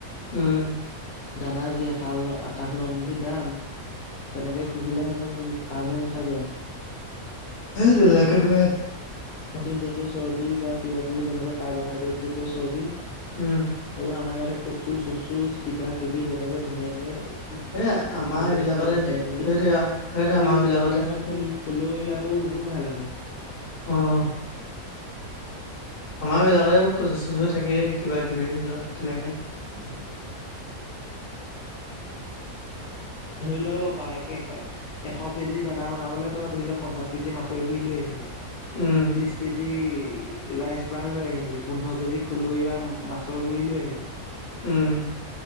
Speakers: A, on the left; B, on the left.
A: উম
B: দানা যি হাল আকাশলম্ভী দাম তেনেকে পুহিলে সেইখন ফাৰ্মো নাথাকে আও
A: এই তেনেকে নোৱাৰে
B: প্ৰটিন জাতীয় চৰ্বি বা কিবা কিবি তেনেকোৱা কাৰ্বহাইড্ৰেট জাতীয় চৰ্বি
A: উম
B: এইবোৰ আমাৰ ইয়াতে কচু চচু কিবা কিবি তেনেকে ধুনীয়াকে
A: এ আমাৰ
B: গোটেইখিনিয়ে
A: এইবিলাকতে
B: বিচাৰি মেলি
A: সেইটোৱে
B: সৰি
A: আও, সেইটোৱে আমাৰ বিলাকতে
B: সৰিয়হওক হলো খলিয়ই আকৌ বহত ভাল আকৌ
A: অ আমাৰ বিলাকতে কচু চচু থাকে কিবা কিবি এইবিলাক তেনেকে
B: উম ধৰি লও বা এককে এশ কেজি দানা বনাবলৈ তই ধৰি লও পঞ্চাশ কেজি মাকৈ গুৰি লৈ আহিলি
A: উম
B: ত্ৰিশ কেজি ৰাইচ বাল লৈ আহিলি পোন্ধৰ কেজি খলৈ বা মাছৰ গুৰি লৈ আহিলি উ
A: উম